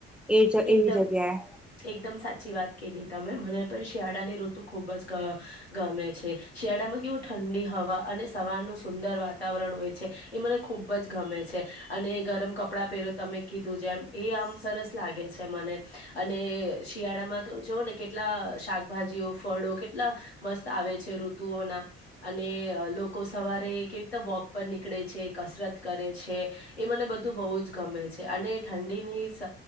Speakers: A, in the centre; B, on the left (about 80°).
A: એ જ
B: એકદમ
A: એવી જગ્યાએ.
B: એકદમ સાચી વાત કીધી તમે મને પણ શિયાળાની ઋતુ. ખુબ જ ગમે છે. શિયાળામાં કેવું ઠંડી હવા અને સવારનું સુંદર વાતાવરણ, છે. એ મને ખૂબ જ ગમે છે. અને ગરમ કપડાં પહેરો તમે. કીધું જેમ એ આમ સરસ લાગે છે. મને અને શિયાળામાં તો જોઓ ને કેટલા. શાકભાજીઓ ફળો કેટલા મસ્ત આવે છે. ઋતુઓના અને લોકો સવારમાં એ કેવી રીતે વોક પર નીકળે છે. કસરત કરે છે. એ મને બધું બહુ જ ગમે છે. અને ઠંડીની